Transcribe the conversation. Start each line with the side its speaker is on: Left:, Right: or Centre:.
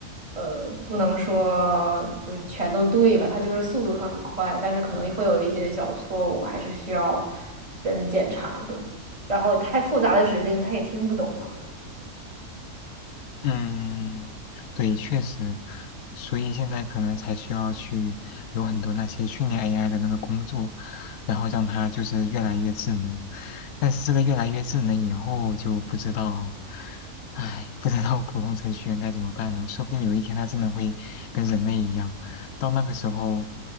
Right: 呃，不能说就是全都对吧？它就是速度很快，但是可能会有一些小错误，还是需要人检查的。然后太复杂的指令，它也听不懂嘛。
Left: 嗯，对，确实，所以现在可能才需要去有很多那些训练 AI 的那个工作，然后让它就是越来越智能。但是这个越来越智能以后就不知道，唉，不知道普通程序员该怎么办了。说不定有一天它真的会跟人类一样，到那个时候，